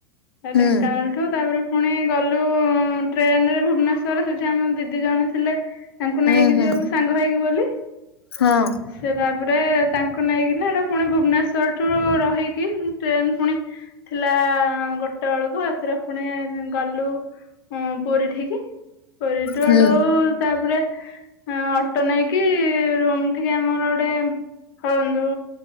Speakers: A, on the left; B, on the left.
A: ତା
B: ହୁଁ
A: ଢେଙ୍କାନାଳ ଠୁ ତାପରେ ପୁଣି ଗଲୁ ଟ୍ରେନରେ ଭୁବନେଶ୍ଵର, ସେଠି ଆମ ଦିଦି ଜଣେ ଥିଲେ। ତାଙ୍କୁ ନେଇକି
B: ଉଁ ହୁଁ
A: ଯିବାକୁୁ ସାଙ୍ଗ ହେଇକି ବୋଲି
B: ହଁ।
A: ସେ ତାପରେ ତାଙ୍କୁ ନେଇକିନା ହେଟା ପୁଣି ଭୁବନେଶ୍ଵରଠୁ ରହିକି ଟ୍ରେନ ପୁଣି ଥିଲା ଗୋଟେ ବେଳକୁ, ଏଥିରେ ପୁଣି ଗଲୁ ହୁଁ ପୁରୀଠିକ କରିଡରଉ
B: ହୁଁ
A: ତାପରେ ଅଟୋ ନେଇକି ରୁମ୍- ଟିକେ ଆମର ଗୋଟେ ହନ୍ତୁ